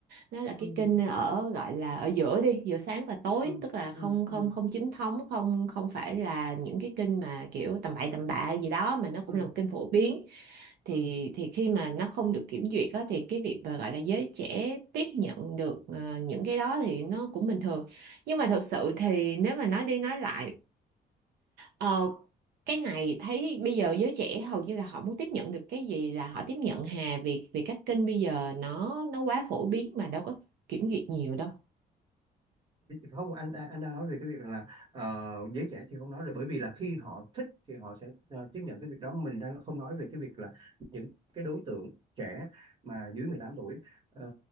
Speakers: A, on the right; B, on the right.
A: nó là cái
B: ừ
A: kênh ở gọi là ở giữa đi giữa sáng và tối
B: ừ
A: tức là không
B: ừ
A: không
B: ừ
A: không chính thống không không phải là những cái kênh mà kiểu tầm bậy tầm bạ gì đó mà nó cũng
B: ừ
A: là một kênh phổ biến thì
B: ừ.
A: thì khi mà nó không được kiểm duyệt á, thì cái việc mà gọi là giới trẻ tiếp nhận được ờ, những cái đó thì nó cũng bình thường nhưng mà thực sự thì nếu mà nói đi nói lại Ờ, cái này thấy bây giờ giới trẻ hầu như là họ muốn tiếp nhận được cái gì là họ tiếp nhận hà vì vì các kênh bây giờ nó nó quá phổ biến mà đâu có kiểm duyệt nhiều đâu.
B: không anh anh anh đang nói về cái việc rằng là ờ, giới trẻ thì không nói rồi bởi vì là khi họ thích thì họ sẽ ờ, tiếp nhận cái việc đó mình đang không nói về cái việc là những cái đối tượng trẻ mà dưới 18 tuổi ờ,